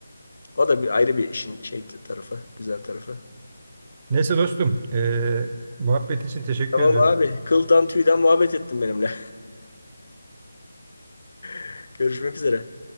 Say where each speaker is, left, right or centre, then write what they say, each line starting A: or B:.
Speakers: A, on the left (about 60°); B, on the right (about 25°).
A: O da bir ayrı bir işin şey tarafı, güzel tarafı.
B: Neyse dostum, eee muhabbet için teşekkür
A: Tamam
B: ediyorum.
A: abi, kıldan tüyden muhabbet ettin benimle. <laughs> Görüşmek üzere.